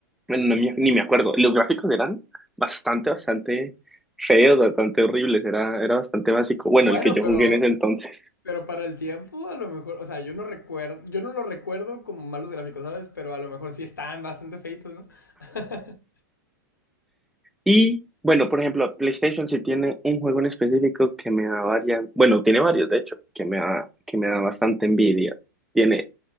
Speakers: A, in the centre; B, on the left.
A: Bueno, no me- ni me acuerdo. Los gráficos eran bastante, bastante feos, bastante horribles. Era, era bastante básico. Bueno,
B: Bueno,
A: el que yo
B: pero
A: jugué en ese entonces.
B: Pero para el tiempo, a lo mejor, o sea, yo no recuerdo, yo no lo recuerdo como malos gráficos, ¿sabes? Pero a lo mejor sí están bastante feitos, ¿no? <laughs>
A: Y bueno, por ejemplo, PlayStation sí tiene un juego en específico que me da varias, bueno, tiene varios de hecho, que me da, que me da bastante envidia. Tiene